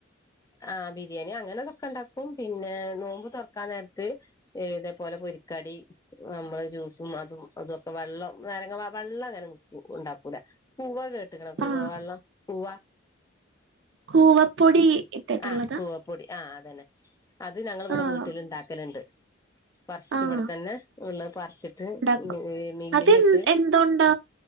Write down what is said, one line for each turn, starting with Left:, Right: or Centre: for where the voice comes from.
Left: ആ ബിരിയാണി അങ്ങനെതൊക്കെ ണ്ടാക്കും പിന്നെ നോമ്പ് തൊറക്കാനേരത്ത് ഇതേപോലെ പൊരിക്കടി നമ്മൾ ജ്യൂസും അതും അതുവക്കെ വള്ളം നാരങ്ങ വ വള്ളങ്ങനെ ഉണ്ടാക്കും <unintelligible> കൂവ കേട്ട്ക്കണോ കൂവാ
Right: ആഹ്
Left: വള്ളം കൂവ
Right: കൂവപ്പൊടി ഇട്ടിട്ടുള്ളതാ
Left: ആ കൂവപ്പൊടി ആ അതന്നെ അത് ഞങ്ങള് ഇവടെ
Right: ആഹ്
Left: വീട്ടിലിണ്ടാക്കലുണ്ട് പറിച്ചിട്ടിവടെത്തന്നെ
Right: ആഹ്
Left: ഇള്ളത് പറിച്ചിട്ട്
Right: ഇണ്ടാക്കും
Left: മില്ലിലിട്ട്
Right: അത് എന്തോണ്ടാ